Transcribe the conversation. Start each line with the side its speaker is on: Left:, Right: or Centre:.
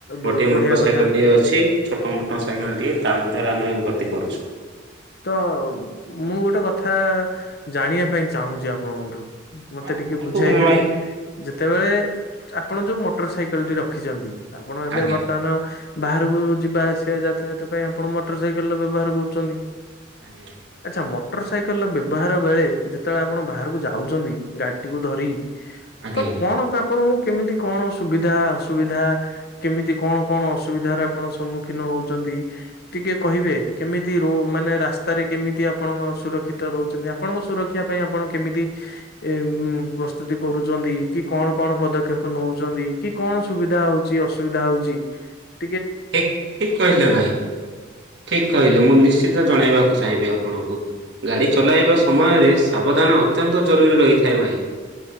Left: ବହୁତ
Right: ଗୋଟେ
Left: ବଢିଆ
Right: ମୋଟର ସାଇକେଲ
Left: କଥା।
Right: ଟିଏ ଅଛି ଛୋଟ ମୋଟର ସାଇକେଲ ଟିଏ ତା ମଧ୍ୟରେ ଆମେ ଗ ତି କରୁଛୁ।
Left: ତ ମୁଁ ଗୋଟେ କଥା ଜାଣିବା ପାଇଁ ଚାହୁଁଛି ଆପଣଙ୍କଠୁ। ମତେ
Right: ହଁ
Left: ଟିକେ
Right: କୁହନ୍ତୁ
Left: ବୁଝାଇଦେବେ
Right: ଭାଇ
Left: ଯେତେବେଳେ। ଆପଣ ଯୋଉ ମୋଟର ସାଇକେଲ ଟି ରଖିଛନ୍ତି ଆପଣ ଏବେ
Right: ଆଜ୍ଞା
Left: ବର୍ତ୍ତମାନ। ବାହାରକୁ ଯିବା ଆସିବା ଯାତାୟାତ ପାଇଁ ଆପଣ ମୋଟର ସାଇକେଲ ର ବ୍ୟବହାର କରୁଛନ୍ତି।
Right: ଆଜ୍ଞା
Left: ଆଚ୍ଛା ମୋଟର ସାଇକେଲ ର ବ୍ୟବହାର ବେଳେ ଯେତେବେଳେ ଆପଣ ବାହାରକୁ ଯାଉଛନ୍ତି। ଗାଡି ଟିକୁୁ ଧରି
Right: ଆଜ୍ଞା।
Left: ତ କଣ ଆପଣଙ୍କୁ। କେମିତି କଣ ସୁବିଧା ଅସୁବିଧା କେମିତି କଣ କଣ ଅସୁବିଧାର ଆପଣ ସମ୍ମୁଖୀନ ହଉଛନ୍ତି। ଟିକେ କହିବେ କେମିତି ର ମାନେ। ରାସ୍ତାରେ କେମିତି ଆପଣଙ୍କ ସୁରକ୍ଷିତ ରହୁଛନ୍ତି ଆପଣଙ୍କ ସୁରକ୍ଷା ପାଇଁ ଆପଣ କେମିତି ଏମ। ପ୍ରସ୍ତୁତି କରୁଛନ୍ତି କି କଣ କଣ ପଦକ୍ଷେପ ନଉଛନ୍ତି କି କଣ ସୁବିଧା ହଉଛି ଅସୁବିଧା ହଉଛି। ଚି।
Right: ଠିକ ଠିକ କହିଲେ ଭାଇ ଠିକ କହିଲେ ମୁଁ ନିଶ୍ଚିତ ଜଣେଇବାକୁ। ମୁଁ ଚାହିଁବି ଆପଣଙ୍କୁ। ଗାଡ଼ି ଚଲାଇବା ସମୟରେ ସାବଧାନ ଅତ୍ୟନ୍ତ ଜରୁରୀ ରହିଥାଏ ଭାଇ।